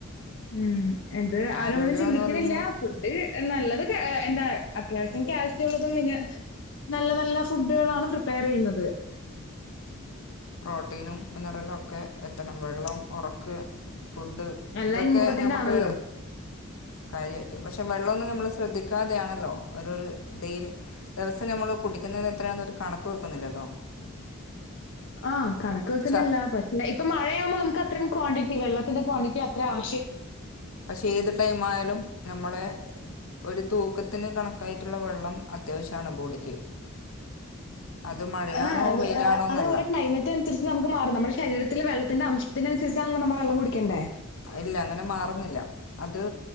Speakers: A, on the left; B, on the left.
A: ഉം എന്ത് ആരും
B: ആരോഗ്യമെന്ന്
A: അങ്ങനെ ചിന്തിക്ക്ണില്ല
B: പറയുമ്പോൾ
A: ഫുഡ് നല്ലത് എന്താ അത്യാവശ്യ ഞാൻ കാൽസ്യമുള്ളതും പിന്നെ നല്ല നല്ല ഫുഡുകളാണ് പ്രിപ്പയർ ചെയ്യുന്നത്
B: പ്രോട്ടീനും മിനറലും ഒക്കെ എത്തണം വെള്ളം ഒറക്ക് ഫുഡ്
A: എല്ലാം
B: ഇതൊക്കെ
A: ഇമ്പോർട്ടന്റ്
B: നമുക്ക്
A: ആണല്ലോ.
B: കാര്യമായിട്ട് മ് പക്ഷെ പക്ഷെ വെള്ളമൊന്നും നമ്മള് ശ്രദ്ധിക്കാതെയാണല്ലോ ഒരു ഡെയ്ലി ദിവസം നമ്മൾ കുടിക്കുന്നത് എത്രയാന്നൊരു കണക്ക് വെക്കുന്നില്ലല്ലോ
A: ആ കണക്ക് വെക്കുന്നില്ല
B: ച
A: പക്ഷേ ഇപ്പൊ മഴയാകുമ്പോ, നമുക്ക് അത്രയും ക്വാണ്ടിറ്റി വെള്ള ക്വാണ്ടിറ്റി അത്ര ആവ
B: പക്ഷെ ഏത് ടൈം ആയാലും നമ്മുളെ ഒരു തൂക്കത്തിന് കണക്കായിട്ടുള്ള വെള്ളം അത്യാവശ്യമാണ് ബോഡിക്ക് അത് മഴയാണോ
A: ആ
B: വെയിലാണോന്നല്ല
A: അ അത് ഓരോ ക്ലൈമറ്റ് അനുസരിച്ച് നമുക്ക് മാറും നമ്മുടെ ശരീരത്തിലെ വെള്ള ത്തിന്റെ അംശത്തിനുസരിച്ചാണല്ലൊ നമ്മൾ വെള്ളം കുടിക്കേണ്ടേ..
B: ഇല്ല അങ്ങനെ മാറുന്നില്ല. അത്